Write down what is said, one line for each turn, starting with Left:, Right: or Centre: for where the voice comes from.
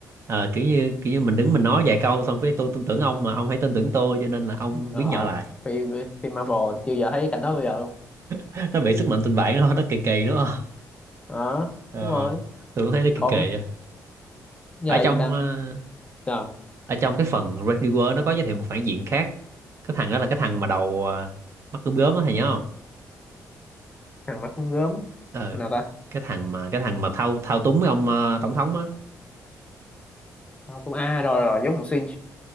Right: ờ, kiểu như kiểu như mình đứng mình nói vài câu xong cái tôi tin tưởng ông mà ông hãy tin tưởng tôi cho nên là ông
Left: Ờ,
Right: biến nhỏ lại
Left: phim phim Marvel chưa giờ thấy cảnh đó bây giờ luôn
Right: <laughs> nó bị sức mạnh tình bạn nó nó kỳ kỳ đúng không
Left: đó
Right: ờ
Left: đúng rồi
Right: tôi cũng thấy nó kỳ
Left: còn
Right: kỳ á.
Left: giờ
Right: ở trong
Left: gì ta
Right: ờ,
Left: giờ
Right: ở trong cái phần Red New World nó có giới thiệu một phản diện khác cái thằng đó là cái thằng mà đầu ờ, mắt gớm gớm đó thầy nhớ không
Left: thằng mắt con gớm
Right: ờ
Left: nào ta
Right: cái thằng mà cái thằng mà thao thao túng cái ông ờ, tổng thống á
Left: Đâu, cũng a rồi rồi giống thằng xuyên